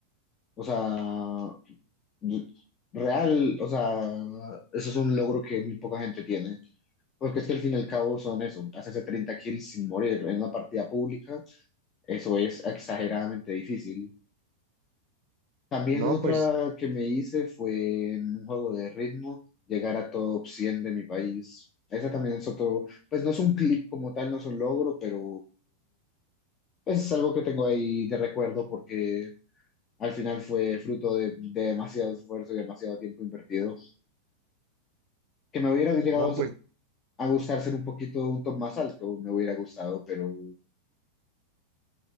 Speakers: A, on the left; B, on the right.
A: O sea, yo- real, o sea, eso es un logro que muy poca gente tiene. Porque es que al fin y al cabo son eso, hacerse 30 kills sin morir en una partida pública, eso es exageradamente difícil. También
B: No,
A: otra
B: pues,
A: que me hice fue en un juego de ritmo, llegar a top 100 de mi país. Esa también es otro, pues no es un clip como tal, no es un logro, pero pues es algo que tengo ahí de recuerdo porque al final fue fruto de, de demasiado esfuerzo y demasiado tiempo invertido. Que me hubiera llegado
B: no, pues,
A: a gustar ser un poquito un top más alto, me hubiera gustado, pero...